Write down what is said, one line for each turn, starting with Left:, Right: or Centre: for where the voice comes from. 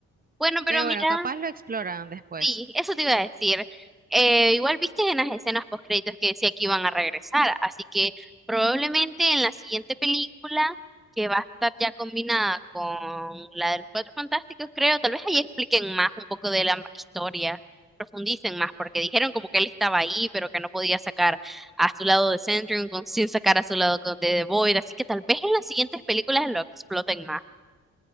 Centre: Bueno, pero
Right: Pero
Centre: mira,
Right: bueno, capaz lo exploran después.
Centre: Sí, eso te iba a decir. Eh, igual viste en las escenas postcréditos que decía que iban a regresar, así que probablemente en la siguiente película, que va a estar ya combinada con la de los Cuatro Fantásticos, creo, tal vez ahí expliquen más un poco de la historia, profundicen más, porque dijeron como que él estaba ahí, pero que no podía sacar a su lado de Centurion con- sin sacar a su lado con- de The Void, así que tal vez en las siguientes películas lo exploten más.